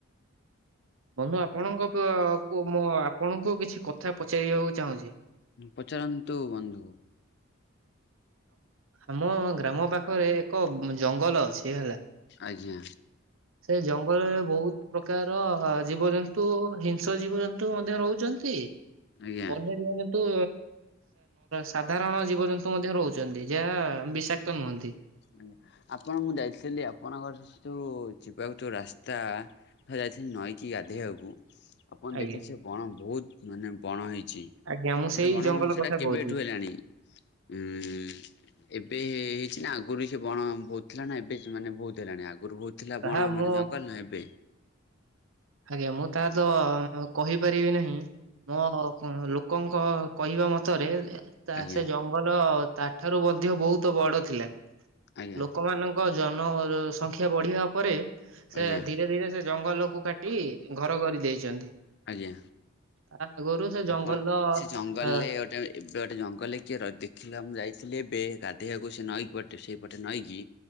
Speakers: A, on the right; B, on the left.
A: ବନ୍ଧୁ ଆପଣଙ୍କ ମୁଁ ଆପଣଙ୍କୁ କିଛି କଥା ପଚାରିବାକୁ ଚାହୁଁଛି?
B: ପଚରନ୍ତୁ ବନ୍ଧୁ।
A: ଆମ ଗ୍ରାମ ପାଖରେ ଏକ ଜଙ୍ଗଲ ଅଛି ହେଲା
B: ଆଜ୍ଞା।
A: ସେ ଜଙ୍ଗଲରେ ବହୁତ ପ୍ରକାର ଜୀବଜନ୍ତୁ ହିଂସ ଜୀବଜନ୍ତୁ ମଧ୍ୟ ରହୁଛନ୍ତି
B: ଆଜ୍ଞା।
A: ବନ୍ୟ ଜୀବ ଯନ୍ତୁ ସାଧାରଣ ଜୀବଜନ୍ତୁ ମଧ୍ୟ ରହୁଛନ୍ତି ଯାହା ବିଷାକ୍ତ ନୁହଁନ୍ତି।
B: ଆଜ୍ଞା ଆପଣ ମୁଁ ଯାଇଥିଲି ଆପଣଙ୍କର ଯୋଉ ଯିବାକୁ ଯୋଉ ରାସ୍ତା ଯାଇଥିଲି ନଈକି ଗାଧୋଇବାକୁ ଆପଣ
A: ଆଜ୍ଞା
B: ଦେଖିଲେ ସେ ବଣ ବହୁତ ମାନେ ବଣ ହେଇଛି।
A: ଆଜ୍ଞା ମୁଁ
B: ସେଟା
A: ସେଇ
B: କଣ
A: ଜଙ୍ଗଲ
B: ସେଟା
A: କଥା
B: କେବେଠୁ
A: କହୁଛି
B: ହେଲାଣି? ହୁଁ ଏବେ ହେଇଛି ନା ଆଉ ଆଗରୁ ସେ ବଣ ଭୋଉଥିଲା ନା ଏବେ ସେ ମାନେ ଭହୁ ହେଥିଲାଣି ଆଗରୁ ଭହୁଥିଲା
A: ତାହା
B: ବଣ
A: ମୁଁ
B: ମାନେ ଜଙ୍ଗଲ ନ ଏବେ
A: ଆଜ୍ଞା ମୁଁ ତାହା ତ କହିପାରିବି ନାହିଁ। ମୋ ଲୋକଙ୍କ କହିବା ମତରେ ତା
B: ଆଜ୍ଞା
A: ସେ ଜଙ୍ଗଲ ତା ଠାରୁ ମଧ୍ୟ ବହୁତ ବଡ ଥିଲା
B: ଆଜ୍ଞା
A: ଲୋକମାନଙ୍କ ଜନ ସଂଖ୍ୟା ବଢିବା ପରେ ସେ
B: ଆଜ୍ଞା
A: ଧୀରେ ଧୀରେ ସେ ଜଙ୍ଗଲକୁ କାଟି ଘର କରି ଦେଇଛନ୍ତି।
B: ଆଜ୍ଞା
A: ତା ଆଗୋରୁ ସେ
B: ଆପଣ
A: ଜଙ୍ଗଲର
B: ସେ ଜଙ୍ଗଲରେ
A: ଅ
B: ଗୋଟେ ଏବେ ଗୋଟେ ଜଙ୍ଗଲରେ କିଏ ଦେଖିଲେ ମୁଁ ଯାଇଥିଲି ଏବେ ଗାଧୋଇବାକୁ ସେ ନଈକି ପଟେ ସେଇପଟେ ନଈକି